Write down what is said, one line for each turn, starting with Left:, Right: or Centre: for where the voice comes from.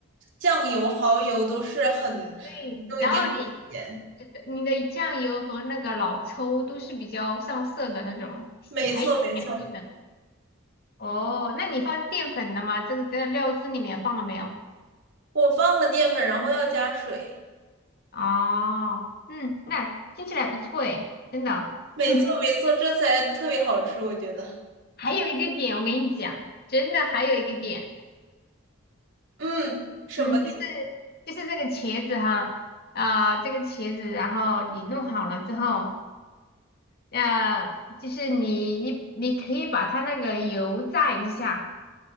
Right: 酱油、蚝油都是很，
Left: 对。
Right: 都已经很咸。
Left: 然后你你的酱油和那个老抽都是比较上色的那种，
Right: 没错没错，
Left: 还有甜度的。哦，那你放淀粉了吗？这个在料汁里面放了没有？
Right: 我放了淀粉，然后要加水。
Left: 哦，嗯，那听起来不错诶，真的。
Right: 没错没错，
Left: <laughs>
Right: 这才特别好吃，我觉得。
Left: 还有一个点，我跟你讲，真的还有一个点。
Right: 嗯，什么底
Left: 嗯，就是就是这个茄子哈，啊、这个茄子，然后你弄好了之后，呃，就是你你你可以把它那个油炸一下，